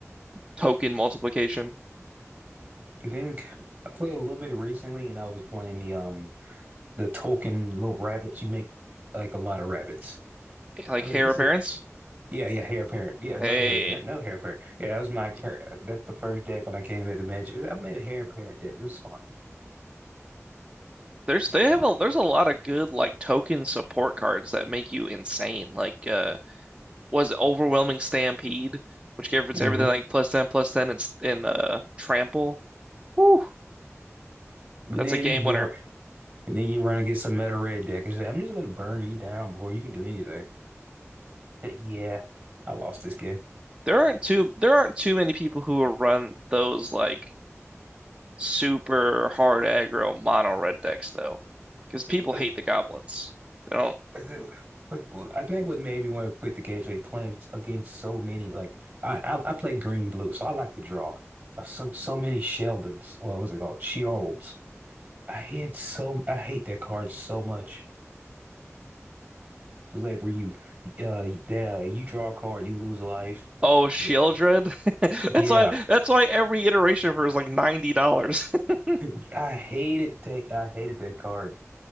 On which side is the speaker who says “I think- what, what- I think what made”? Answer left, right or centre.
Right